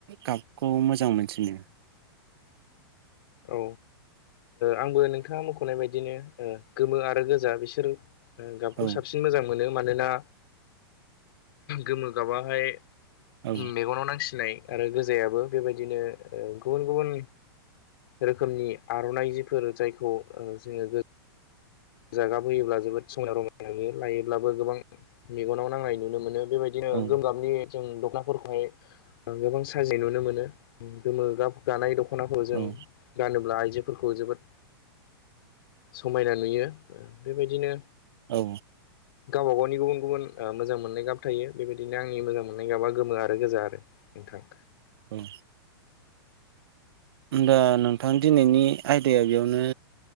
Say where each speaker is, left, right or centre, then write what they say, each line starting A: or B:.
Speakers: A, on the right (about 70°); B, on the left (about 65°).
A: गाबखौ मोजां मोनसिनो
B: औ आंबो नोंथाङा मख'नाय बायदिनो गोमो आर रोजा गोजा बिसोर गाबखौ
A: औ
B: साबसिन बांसिन मोजां मोनो मानोना गोमो गाबाहाय
A: औ
B: मेगनाव नांसिननाय आरो गोजायाबो बेबायदिनो गुबुन गुबुन रोखोमनि आर'नाइ जिफोर जायखौ जोङो गो जागाब फैयोब्ला जोबोद समायना रमायना नुयो लायोब्लाबो गोबां मेगनाव नांनाय नुनो मोनो बेबायदिनो
A: औ
B: गोमो गाबनि जों दख'नाफोरखौहाय गोबां साजि नुनो मोनो गोमो गानाय द खनाखौ जों
A: औ
B: गानोब्ला आइजोफोरखौ जोबोद समायना नुयो बेबायदिनो
A: औ
B: गावबा गावनि गुबुन गुबुन मोजां मोननाय गाब थायो बेबायदिनो आंनि मोजां मोन नाय गाबा गोमो आरो गोजा आरो नोंथां
A: उम होनबा नोंथां दिनैनि आयदाया बेयावनो